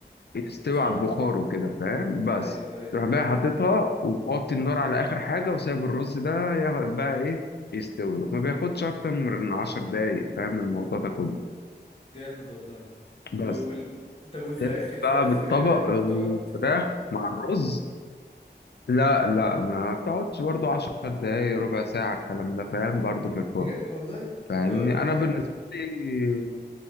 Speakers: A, on the left; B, on the left.
A: يستوي
B: صح
A: على البخار وكده فاهم بس
B: ايوه ايوه
A: تروح جاي حاططها وتحط النار على اخر حاجه وسايب الرز ده ياخد- بقى ايه يستوي وما بياخدش اكتر من 10 دقايق فاهم الموضوع ده كله
B: جامد والله و...
A: بس
B: وال... طب والفراخ
A: تنزل
B: الفراخ
A: بقى بالطبق
B: آه،
A: الفراخ
B: بتقعد كتير
A: مع الرز لا لا ما بتقعدش برضو عشر دقايق ربع ساعة الكلام ده فاهم برضو في الفرن
B: بجد والله
A: فاهمني
B: ده وقت قليل
A: أنا بالنسبة
B: قوي
A: لي